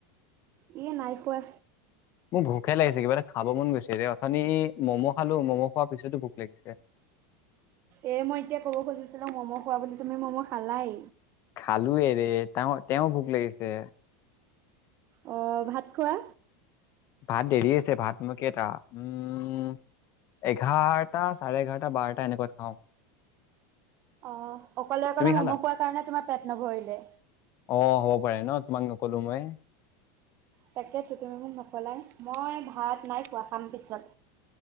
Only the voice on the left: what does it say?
মোক ভোকে লাগিছে কিবা এটা খাব মন গৈছে এতি অথনি ম'ম' খালো ম'ম' খোৱাৰ পিছতো ভোক লাগিছে।
খালোৱে ৰে। তেওঁ, তেওঁ ভোক লাগিছে।
ভাত দেৰি আছে। ভাত মোৰ কেইটা, উম এঘাৰটা, চাৰে এঘাৰটা, বাৰটা এনেকুৱাত খাওঁ।
তুমি
খালা
অ হ'ব পাৰে ন তোমাক নকলো মই।